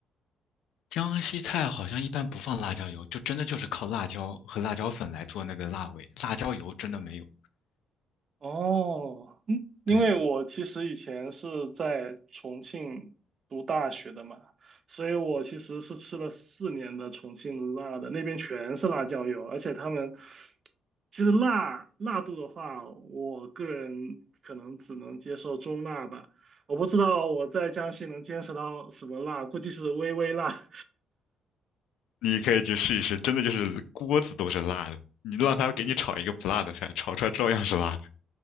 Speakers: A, on the left; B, on the right.
A: 江西菜好像一般不放辣椒油，就真的就是靠辣椒和辣椒粉来做那个辣味，辣椒油真的没有。
B: 哦，嗯，因为我其实以前是在重庆读大学的嘛，
A: 对，
B: 所以我其实是吃了四年的重庆辣的，那边全是辣椒油，而且他们其实辣辣度的话，我个人可能只能接受中辣吧。我不知道我在江西能坚持到什么辣，估计是微微辣。
A: 你可以去试一试，真的就是锅子都是辣的，你让他给你炒一个不辣的菜，炒出来照样是辣的，